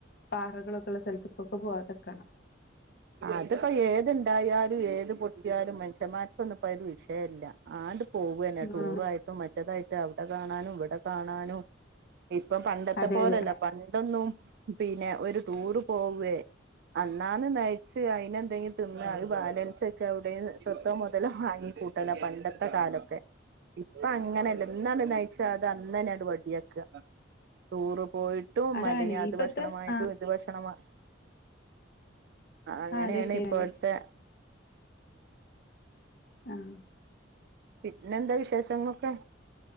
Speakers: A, on the left; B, on the right.
A: പാറകളൊക്കെള്ള സ്ഥലത്തേക്കൊക്കെ പോകാത്ക്കണം
B: അത്പ്പോ ഏത്ണ്ടായാലും ഏത് പൊട്ടിയാലും മനുഷ്യമാർക്കൊന്നുപ്പത് ഒരു വിഷയല്ല ആണ്ട് പോവന്നെ ടൂറായിട്ടും
A: ആ
B: മറ്റേതായിട്ട് അവിടെ കാണാനും ഇവിടെ കാണാനും. ഇപ്പൊ പണ്ടത്തെ
A: അതെ
B: പോലല്ല
A: അതെ
B: പണ്ടൊന്നും പിന്നെ ഒരു ടൂർ പോവേ അന്നാന്ന് നയി ച്ച് അയിന എന്തെങ്കിലും തിന്ന അത് ബാലൻസ് വെക്ക അവിടെ സ്വത്തോ മുതലോ വാങ്ങിക്കൂട്ടല പണ്ടത്തെ കാലൊക്കെ ഇപ്പൊ അങ്ങനല്ല ഇന്നാണ് നയിച്ചാ അത് അന്നന്നെ അട് വടിയാക്ക ടൂറ് പോയിട്ടും
A: അതാണ്
B: അല്ലങ്കിൽ അത്
A: ഇപ്പത്തെ
B: ഭക്ഷണമായിട്ടും
A: ആ
B: ഇതു ഭക്ഷണം വാ ആ അങ്ങനെയാണ്
A: അതെ ശരിയാണ്
B: ഇപ്പോഴത്തെ
A: ആഹ്
B: പിന്നെന്താ വിശേഷങ്ങളോക്കെ